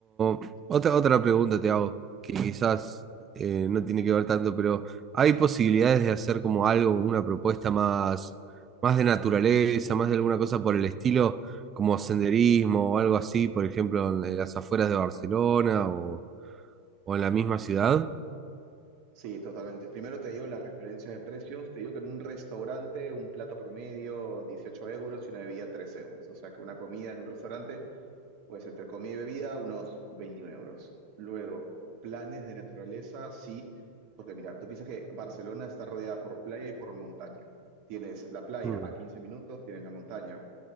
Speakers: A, on the right (about 25°); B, on the right (about 45°).
A: o- otra, otra pregunta te hago, que quizás eh, no tiene que ver tanto, pero ¿hay posibilidades de hacer como algo, una propuesta más, más de naturaleza, más de alguna cosa por el estilo, como senderismo o algo así, por ejemplo, en, en las afueras de Barcelona o, o en la misma ciudad?
B: Sí, totalmente. Primero te digo las referencias de precios. Te digo que en un restaurante un plato promedio 18 euros y una bebida 3 euros. O sea que una comida en un restaurante, pues entre comida y bebida, unos 21 euros. Luego, planes de naturaleza, sí, porque mira, tú piensas que Barcelona está rodeada por playa y por montaña. Tienes la playa
A: Mm,
B: a 15 minutos, tienes la montaña